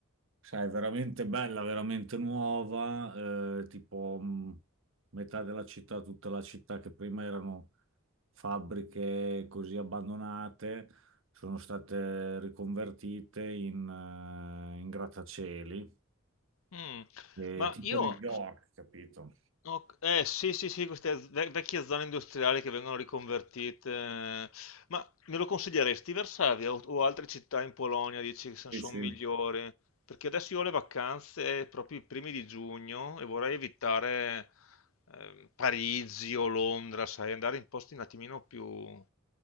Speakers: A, on the right (about 70°); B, on the left (about 80°).
A: Sai, veramente bella, veramente nuova, eh, tipo mh, metà della città, tutta la città che prima erano fabbriche così abbandonate, sono state riconvertite in, eh, in grattacieli,
B: Mm,
A: eh,
B: Ma
A: tipo
B: io,
A: New York, capito?
B: ho- eh sì sì sì, queste ve- vecchie zone industriali che vengono riconvertite, eh, ma me lo consiglieresti Varsavia o, o altre città in Polonia, dici che
A: Sì,
B: sono
A: sì,
B: migliori? Perché adesso io ho le vacanze proprio i primi di giugno e vorrei evitare ehm, Parigi o Londra, sai, andare in posti un attimino più